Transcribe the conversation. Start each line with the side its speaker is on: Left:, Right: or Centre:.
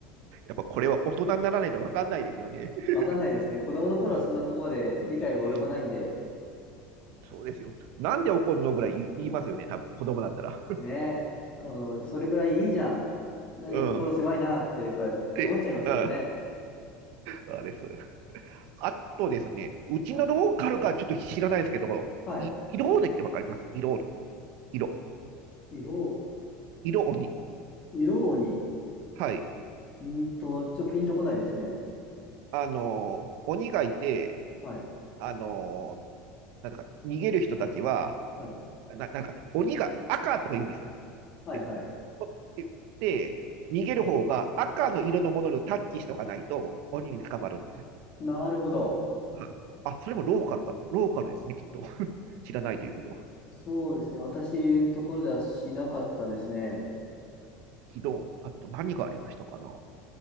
Right: っぱこれは大人にならないと分かんないですよね。
Left: わかんないですね。子供の頃はそんなとこまで理解が及ばないんで、
Right: <laughs> あうん。うんそうですよ。なんで怒んのぐらい言いますよね、多分子供だったら。
Left: ね、あの、それぐらいいいじゃん。何を心狭いなって、
Right: うん。
Left: やっぱり思っちゃいますけどね。
Right: で、あ、あです。あとですね、うちのローカルかちょっと知らないですけど、
Left: はい。はい。
Right: い色鬼って分かります色鬼。色。
Left: 色、
Right: 色鬼。
Left: 色に、
Right: はい。
Left: んーんとは、ちょっとピンとこないですね。
Right: あの鬼がいて、
Left: はい。
Right: あのなんか、逃げる人たちは、
Left: はい。
Right: な、なんか、鬼が赤とか言うんですよ。
Left: はい、
Right: で、
Left: はい。
Right: 取ってって、逃げる方が赤の色のものにタッチしとかないと鬼に捕まるんですよ。
Left: なるほど。
Right: はい。あ、それもローカルかな。ローカルですね、きっと。<laughs> 知らないということは。
Left: そうですね。私のところではしなかったですね。
Right: うん昨日、あと何がありましたかな。